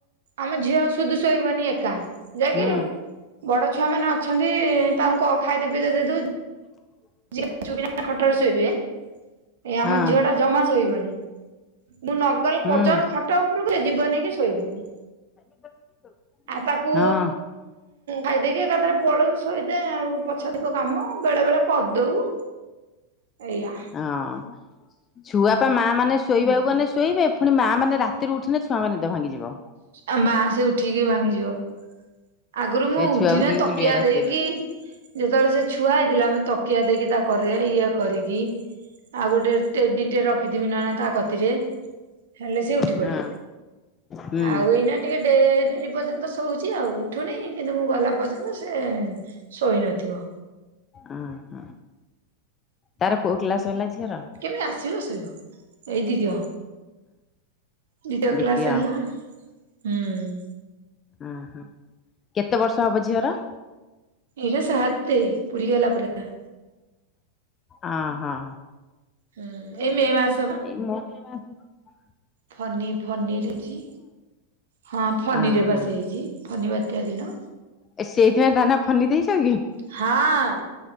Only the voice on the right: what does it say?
ଆମ ଝିଅ ସ୍ ସୁଦୁ ଶୋଇବନି ଏକା ଯାଗେ
ବଡ ଛୁଆ ମାନେ ଅଛନ୍ତି ତାଙ୍କୁ କଁ ଖାଇତେ ପିଇତେ ଦେଇ ଦବୁ।
ଯିବେ ଚୁପ୍ କିନା ଖଟରେ ଶୋଇବେ ଏ
ଆମ ଝିଅ ଟା ଜମା ଶୋଇବନି। ମୁଁ ନ ଗଲା
ପର୍ଯ୍ୟନ୍ତ ଖଟ ଉପରକୁ ସେ ଯିବନି କି ଶୋଇବନି।
ଆଉ ତାକୁ
ଖାଇଦେଇକି ଏକାଥରେ ପଳଉ ଶୋଇତେ ଆଉ ପଛେଥିବ କାମ ବେଳେ ବେଳେ କଦଉ। ଏୟା।
ଆଉ ମାଆ ସେ ଉଠିକି ଭାଙ୍ଗିଯିବ। ଆଗରୁ
ମୁଁ
ଉଠିନେ
ତକିଆ
ଦେଇକି ଯେତେବେଳେ ସେ ଛୁଆ ହେଇଥିଲା ଆମେ ତକିଆ ଦେଇକି ତା କରରେ ଇଏ କରିକି। ଆଉ ଗୋଟେ ଟେଡିଟେ ରଖିଥିବି ନହେନେ ତା କତିରେ ହେଲେ ସେ ଉଠ୍ ଉଠି
ପଡେ
ଆଉ ଏଇନା ଟିକେ ଡେରି ପର୍ଯ୍ୟନ୍ତ ଶୋଉଚି ଆଉ। ଉଠୁନି କିନ୍ତୁ ମୁଁ ଗଲା ପର୍ଯ୍ୟନ୍ତ ସେ ଶୋଇ ନଥିବ‌।
କେମତି ଆସିବ ଶୋଇବ ଏଇ ଦିଦିଅ। ଦ୍ୱିତୀୟ
କ୍ଲାସ ହେଲା ହୁଁ।
ଏଇରା ସାତେ ପୁରି ଗଲା ପୁରା।
ହୁଁ ଏଇ ମେଁ ମାସ୍
ଫନି ଫନିରେ ‌ଚି ହଁ ଫନିରେ
ପା ସେ ହେଇଚି ଫନି ବାତ୍ୟା ଦିନ।
ହଁ